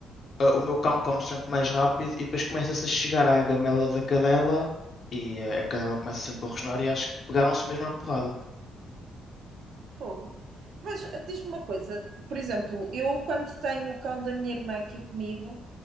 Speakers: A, on the left (about 50°); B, on the right (about 65°).
A: Ah, O meu cão come sempre mais rápido e depois começa-se a chegar à gamela da cadela e ah, a cadela começa sempre a rosnar e acho que pegaram-se mesmo à porrada.
B: Fogo. Mas ah, diz-me uma coisa, por exemplo, eu quando tenho o cão da minha irmã aqui comigo,